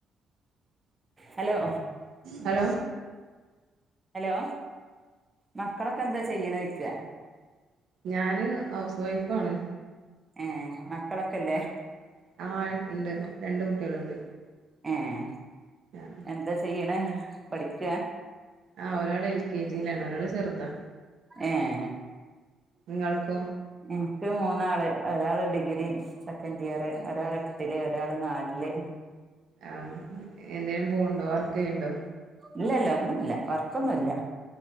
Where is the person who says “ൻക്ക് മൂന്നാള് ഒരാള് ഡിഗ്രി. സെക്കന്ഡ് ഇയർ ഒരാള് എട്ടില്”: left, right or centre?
Right